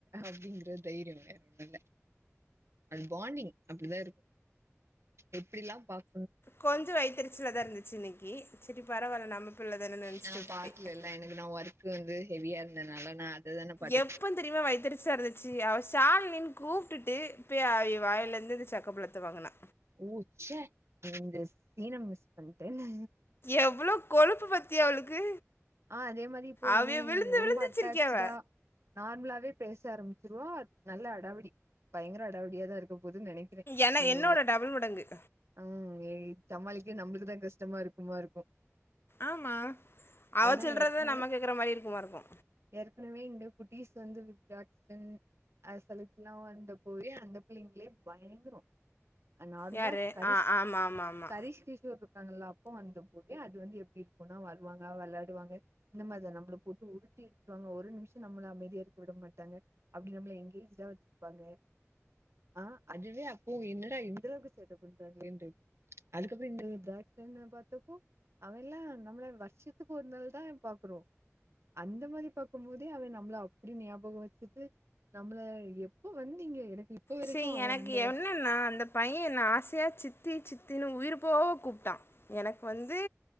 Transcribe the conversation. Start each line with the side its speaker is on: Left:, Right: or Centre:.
Right: அப்படிங்கற தைரியொ வேற ஒன்னுல்ல அது பாண்டிங் அப்டிதா இருக்கு எப்டில்லா பாக்
Left: கொஞ்சொ வைத்தரிச்சிலதா இருந்துச்சு இன்னைக்கு சரி பரவாயில்ல நம்ம பிள்ளை தானே நினச்சிட்டு
Right: நா
Left: விட்டுட்டேன்
Right: பாக்லல்ல எனக்கு நா ஒர்க்கு வந்து ஹெவியா இருந்தனால நா அததான பாத்த
Left: எப் ப்பந் தெரியுமா வயித்தெரிச்சலா இருந்துச்சு அவ ஷால்னின்னு கூப்ட்டுட்டு போய் அவ வாயலேருந்து இந்த சக்க பழத்த வாங்குனா
Right: ஒ ச்சே இந்த சீன மிஸ் பண்ட்டனே
Left: எவ்ளோ கொழுப்பு பாத்தியா அவளுக்கு
Right: ஆ அதே மாரி இப்போ
Left: அவ
Right: இனி
Left: விழுந்து
Right: ரொம்ப
Left: விழுந்துச்சிருக்கியாவ
Right: அட்டாக்ச்சுடா நார்மலாவே பேச ஆரம்மிச்சிருவா நல்ல அடாவடி பயங்கர அடாவடியாதா இருக் க போது நெனைக்கிறே
Left: என
Right: இனி
Left: என்னோட
Right: உள்ள
Left: டபுள் மடங்கு
Right: அம் எ சமாளிக்கே நம்மளுக்குதா கஷ்டமா இருக்குமா இருக்கு
Left: ஆமா அவ
Right: ஏன்னா
Left: சொல்றதா
Right: ஏற்கனவே
Left: நம்ம கேக்ற மாரி இருக்குமா இருக்கு
Right: ஏற்கனவே இந்த குட்டீஸ் வந்து <unintelligible> அத சொல்லிக்குலா வந்த போய் அந்த பிள்ளைங்களே பயங்கரொ அ நார்மலா
Left: யாரு
Right: கரிஷ்
Left: ஆ ஆமா ஆமா ஆமா
Right: கரிஷ் கிரிஷ்னு ஒருத்தர் ருப்பாங்கள்ளா ப வந்த போது அது வந்து எப்டிருக்கூனா வருவாங்க வெளாட் டுவாங்க இந்த மாரி நம்ம போட்டு உருட்டி எடுத்துருவாங்க ஒரு நிமிஷ நம்மள அமைதியா இருக்க விட மாட்டாங்க அப்டி நம்மள எனங்கேஜ்டா வச்சிப்பாங்க ஆ அதுவே அப்போ என்னடா இந்தளவுக்கு சேட்ட பண்றாங்களன்ட்ரு அதுக்கப்றோ இந்த பேக்சைன்னா பாத்தப்போ அவெல்லா நம்மள வருஷத்துக் ஒரு நாள் தா பாக்குறோ அந்த மாரி பாக்கும் போதே அவை நம்மள அப்டி ஞாபகோ வச்சுட்டு நம்மள எப்போ வந்தீங்க எனக்கு இப்ப வரைக்கு
Left: சீ
Right: அவ
Left: எனக்கு
Right: அந்த
Left: என்னன்னா அந்த பைய என்ன ஆசையா சித்தி சித்தின் உயிர் போவ கூப்ட்டா எனக்கு வந்து